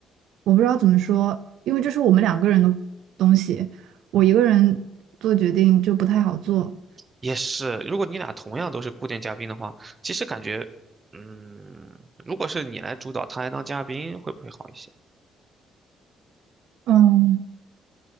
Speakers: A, on the right; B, on the right.
A: 我不知道怎么说，因为这是我们两个人的东西，我一个人做决定就不太好做。
B: 也是，如果你俩同样都是固定嘉宾的话，其实感觉，嗯，如果是你来主导，他来当嘉宾，会不会好一些？
A: 嗯，